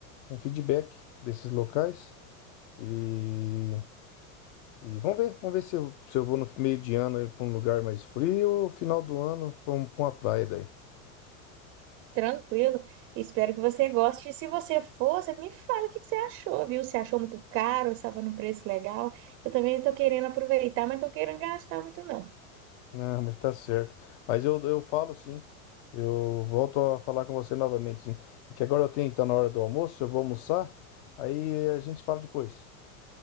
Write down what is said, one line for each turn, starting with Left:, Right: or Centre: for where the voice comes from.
Left: um feedback desses locais e, e vamos ver, vamos ver se eu, se eu vou no meio de ano para um lugar mais frio ou final do ano para um, pra uma praia daí.
Right: Tranquilo. Espero que você goste. E se você for, você me fala o que que você achou, viu? Se achou muito caro, estava num preço legal. Eu também estou querendo aproveitar, mas não estou querendo gastar muito, não.
Left: Não, mas tá certo. Mas eu, eu falo sim, eu volto a falar com você novamente sim. É que agora eu tenho que estar na hora do almoço, eu vou almoçar, aí a gente fala depois.